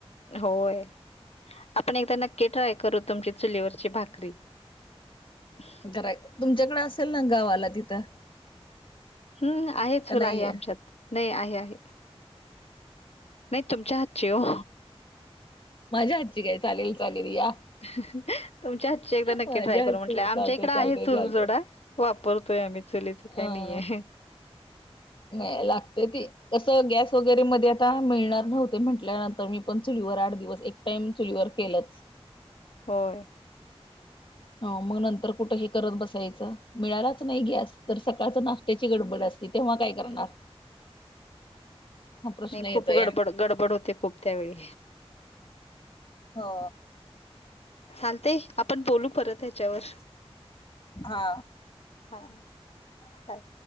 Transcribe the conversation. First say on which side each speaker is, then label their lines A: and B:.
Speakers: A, on the left (about 75°); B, on the left (about 50°).
A: होय आपण एकदा नक्की ट्राय करू तुमची चुलीवरची भाकरी <inaudible>
B: करायच तुमच्याकड असेल ना गावाला तिथं
A: हू आहे चूल
B: का नाहीये
A: आहे आमच्यात नाही आहे आहे नाही तुमच्या हातची ओ
B: माझ्या हातची काय चालेल चालेल या
A: तुमच्या हातची एकदा नक्की
B: माझ्या
A: ट्राय करू
B: हातची
A: म्हटलं
B: काय
A: आमच्या
B: चालतय
A: इकडे आहे
B: चालतय
A: चूल
B: चालतय
A: सोडा वापरतोय आम्ही चुलीच काय
B: अ
A: नाहीे हाय
B: नाही लागत्या ती कसं गॅस वगैरे मध्ये आता मिळणार नव्हते म्हटल्यानंतर मी पण चुलीवर आठ दिवस एक टाईम चुलीवर केलंच
A: होय
B: हो मग नंतर कुठ हे करत बसायचं मिळालाच नाही गॅस तर सकाळचा नाष्ट्याची गडबड असते तेव्हा काय करणार
A: <inaudible>
B: हा प्रश्न
A: नाही खूप
B: येतो
A: गडबड
B: या
A: गडबड होते खूप त्यावेळी
B: हो
A: चालतय आपण बोलू परत ह्याच्यावर
B: हा
A: हा बाय